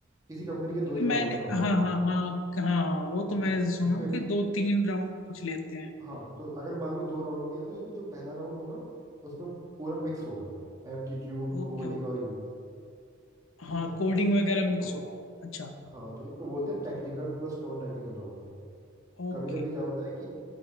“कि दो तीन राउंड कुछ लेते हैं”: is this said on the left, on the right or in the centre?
Left